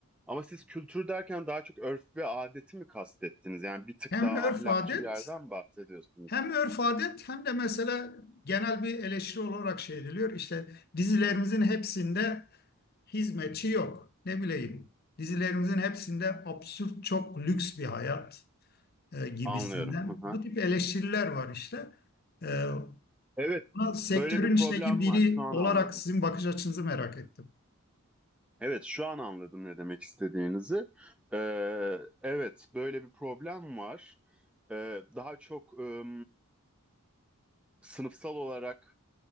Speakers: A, in the centre; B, on the left.
A: Ama siz kültür derken daha çok örf ve adeti mi kastettiniz? Yani bir tık
B: Hem
A: daha
B: örf
A: ahlakçı
B: adet
A: bir yerden bahsediyorsunuz.
B: hem örf adet hem de mesela genel bir eleştiri olarak şey ediliyor. İşte dizilerimizin hepsinde hizmetçi yok. Ne bileyim dizilerimizin hepsinde absürt çok lüks bir hayat e, gibisinden.
A: Anlıyorum. Hı hı.
B: Bu tip eleştiriler var işte. E,
A: Evet,
B: Buna sektörün
A: böyle bir problem
B: içindeki biri
A: var. Şu an
B: olarak
A: anladım.
B: sizin bakış açınızı merak ettim.
A: Evet, şu an anladım ne demek istediğinizi. E, evet, böyle bir problem var. E, daha çok... e, sınıfsal olarak